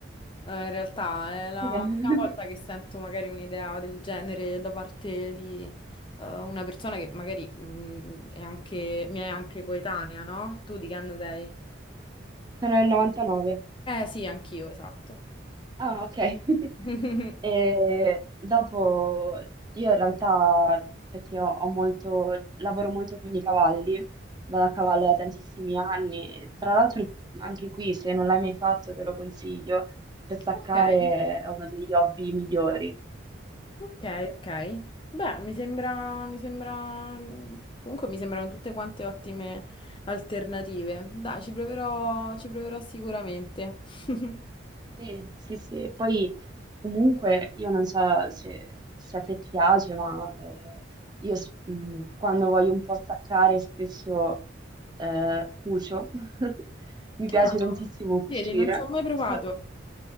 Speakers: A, on the left; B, on the right.
A: eh, in realtà. È la
B: Sì, <laughs>
A: prima volta che sento magari un'idea del genere da parte di, eh, una persona che magari, mh, è anche, mi è anche coetanea, no? Tu di che anno sei?
B: sono nel 99.
A: Eh sì, anch'io, esatto.
B: Ah, ok. <laughs>
A: <laughs>
B: E dopo io in realtà, perché ho, ho molto, lavoro molto con i cavalli, vado a cavallo da tantissimi anni. E Tra l'altro, anche qui, se non l'hai mai fatto, te lo consiglio, per staccare
A: Ok,
B: è uno degli hobby migliori.
A: Ok, ok. Beh, mi sembra, mi sembra, comunque mi sembrano tutte quante ottime alternative. Dai, ci proverò, ci proverò sicuramente. <laughs>
B: Sì, sì, sì. E Poi comunque io non so se, se a te piace, ma eh, io s- mh, quando voglio un po' staccare spesso eh, cucio. <laughs> Mi piace
A: Ah,
B: tantissimo cucire.
A: vedi, non ci ho mai provato.
B: So-